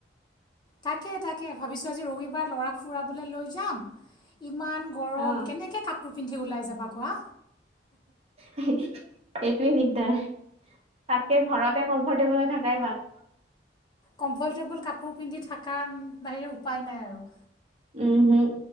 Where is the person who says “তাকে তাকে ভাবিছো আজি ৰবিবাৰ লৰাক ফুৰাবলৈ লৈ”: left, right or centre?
Left